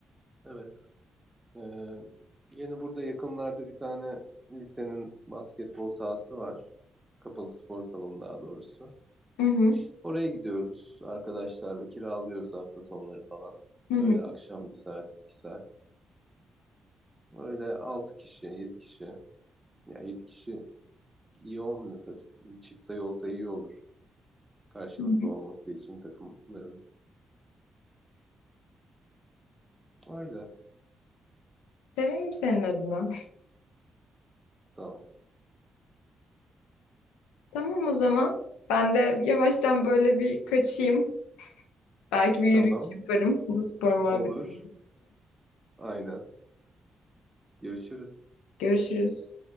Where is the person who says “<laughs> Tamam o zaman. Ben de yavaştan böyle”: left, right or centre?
Left